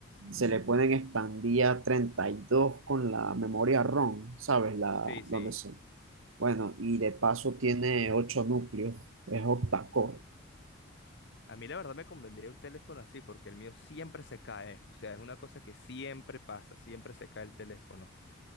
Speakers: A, on the right; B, on the left.
A: se le pueden expandir a 32 con la memoria ROM, ¿sabes? La,
B: Sí, sí.
A: donde son. Bueno, y de paso tiene 8 núcleos, es octa-core.
B: A mí la verdad me convendría un teléfono así porque el mío siempre se cae. O sea, es una cosa que siempre pasa, siempre se cae el teléfono.